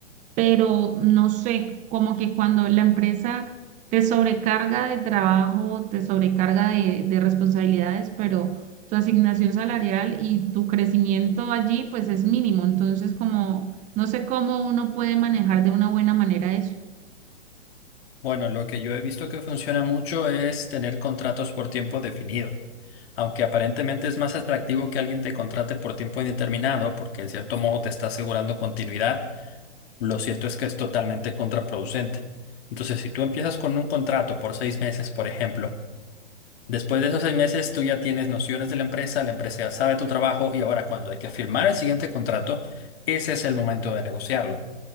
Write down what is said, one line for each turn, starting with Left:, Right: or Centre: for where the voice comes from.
Right: pero no sé, como que cuando la empresa te sobrecarga de trabajo, te sobrecarga de, de responsabilidades, pero tu asignación salarial y tu crecimiento allí pues es mínimo, entonces como no sé cómo uno puede manejar de una buena manera eso.
Left: Bueno, lo que yo he visto que funciona mucho es tener contratos por tiempo definido. Aunque aparentemente es más atractivo que alguien te contrate por tiempo indeterminado, porque en cierto modo te está asegurando continuidad lo cierto es que es totalmente contraproducente. Entonces, si tú empiezas con un contrato por seis meses, por ejemplo, después de esos seis meses tú ya tienes nociones de la empresa, la empresa ya sabe tu trabajo y ahora cuando hay que firmar el siguiente contrato, ese es el momento de negociarlo.